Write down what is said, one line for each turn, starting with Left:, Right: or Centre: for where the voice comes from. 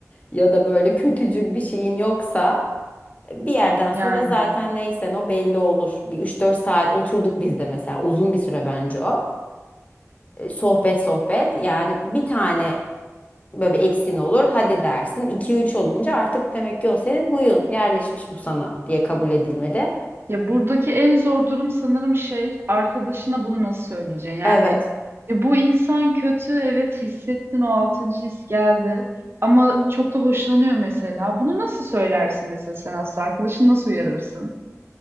Left: ya da böyle kötücül bir şeyin yoksa bir yerden sonra
Right: Yani
Left: zaten neysen o belli olur. Bir üç dört saat oturduk biz de mesela uzun bir süre bence o. E, Sohbet sohbet yani bir tane böyle bir eksin olur hadi dersin 2-3 olunca artık demek ki o senin huyun yerleşmiş bu sana diye kabul edilmeli.
Right: ya buradaki en zor durum sanırım şey arkadaşına bunu nasıl söyleyeceksin? Yani
Left: Evet
Right: ya bu insan kötü evet hissettin o altıncı his geldi ama çok da hoşlanıyor mesela. Bunu nasıl söylersin mesela sen aslında arkadaşını nasıl uyarırsın?